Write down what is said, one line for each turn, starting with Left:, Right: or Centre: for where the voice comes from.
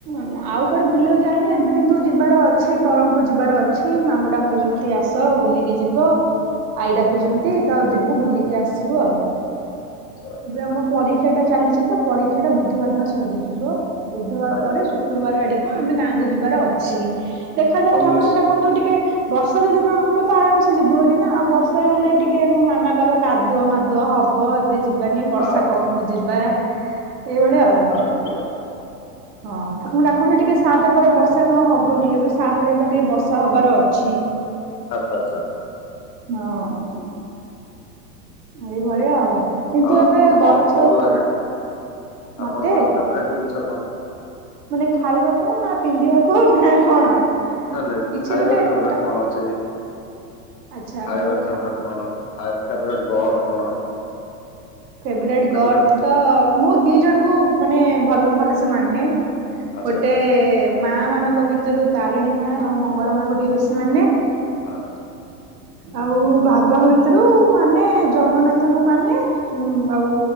Right: ନ ଆଉ କୁଆଡେ ବୁଲିବାକୁ ଯାଇନି ଏବେ କିନ୍ତୁ ଯିବାର ଅଛି ବରହମପୁରୁ ଯିବାର ଅଛି ମାମୁ ଡା କହୁଛନ୍ତି ଆସ ବୁଲିକି ଯିବ ଆଇ ଡାକୁଛନ୍ତି
Left: ଆଚ୍ଛା
Right: ତ ଯିବୁ ବୁଲିକି ଆସିବୁ ଆଉ।
Left: ଚ ଏ।
Right: ଏବେ ଆମ ପରୀକ୍ଷା ଟା ଚାଲିଚି ତ ପରୀକ୍ଷା ଟା ବୁଧବାର ଦିନ ସରିଯିବ ବୁଧବାର
Left: ଆଜ୍ଞା
Right: ପରେ ଶୁ ଶୁକ୍ରୁବାର ଆଡିକୁ ଆମେ ଗାଁକୁ ଯିବାର ଅଛି ଦେଖାଯାଉ
Left: କମିସ୍
Right: ଠାକୁରଙ୍କୁ ଡାକନ୍ତୁ ଟିକେ ବର୍ଷା ଯଦି ନହବ ତ ଆରାମ ସେ ଯିବୁ ହାରି ନା ଆଉ ବର୍ଷା ହେଲେ ଟିକେ ମୋ ମାମା କହିବ କାଦୁଅ ମାଦୁଅ ହବ ଏବେ ଯିବାନି ବର୍ଷା
Left: ଆଚ୍ଛା
Right: କମୁ ଯିବା ଏଇଭଳିଆ ଆଉ।
Left: ଆଚା।
Right: ହଁ ଠାକୁ ଙ୍କୁ ଡାକନ୍ତୁ ଟିକେ ସାତ ପରେ ବର୍ଷା କଣ ହବନି ଏବେ ସାତ ଯାଏ ତ ଟିକେ ବର୍ଷା ହବାର ଅଛି।
Left: ଆଚ୍ଛା ଆଚ୍ଛା।
Right: ହଁ।
Left: ହୁଁ।
Right: ଏଇଭଳିଆ ଆଉ କିନ୍ତୁ
Left: ଆଉ ଆପଣଙ୍କୁ
Right: ଏବେ
Left: କଣ
Right: ଗଛ।
Left: ଭଲ ଲାଗେ
Right: ମତେ
Left: ଆପଣଙ୍କର ଫେବରାଇଟ୍ ଜିନିଷ କଣ?
Right: ମାନେ ଖାଇବାକୁ ନା ପିନ୍ଧିବାକୁ ନା କଣ?
Left: ନାଇ ନାଇଁ
Right: କିଛି
Left: ଖାଇବାରେ
Right: ଗୋଟେ
Left: ଫେବରାଇଟ
Right: ଟ
Left: କଣ ଅଛି?
Right: ଆଚ୍ଛା
Left: ଖାଇବାରେ
Right: ମୋର
Left: ଫେବରାଇଟ୍ କଣ ଆଉ ଫେବରାଇଟ୍ ଗଡ କଣ?
Right: ଫେବରାଇଟ୍ ଗଡ
Left: ଫେବରାଇଟ
Right: ତ ମୁଁ ଦି ଜଣଙ୍କୁ ମାନେ ଭଲ ଭଲ ସେ ମାନେ।
Left: ଆଚ୍ଛା
Right: ଗୋଟେ ମା ମାନଙ୍କ ଭିତୁରୁ ତାରିଣୀ ମା ଆଉ ମଙ୍ଗଳା ମାଙ୍କୁ ଟିକେ ବେଶୀ ମାନେ।
Left: <inaudible>
Right: ଆଉ ବାବାଙ୍କ ଭିତରୁ ମାନେ ଜଗନ୍ନାଥଙ୍କୁ ମାନେ। ହୁଁ ଆଉ